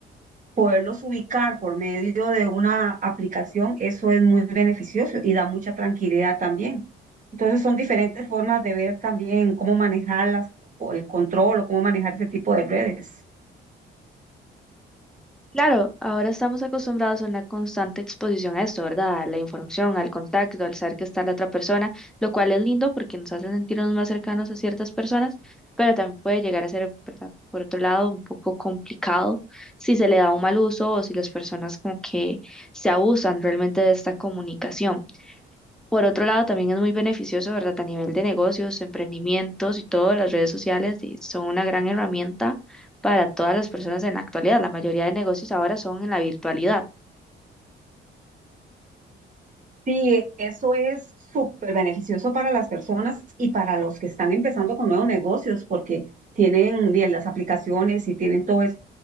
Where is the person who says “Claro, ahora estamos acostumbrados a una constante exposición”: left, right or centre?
Centre